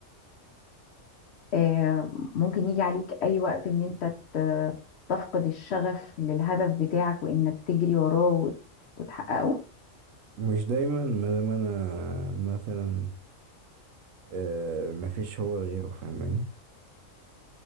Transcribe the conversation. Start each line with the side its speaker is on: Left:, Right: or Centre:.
Left: آه، ممكن يجي عليك اي وقت ان انت ت- تفقد الشغف للهدف بتاعك وانك تجري وراه وت- وتحققه
Right: مش دايما ما دام أنا مثلا آه، مفيش هو غيره فاهماني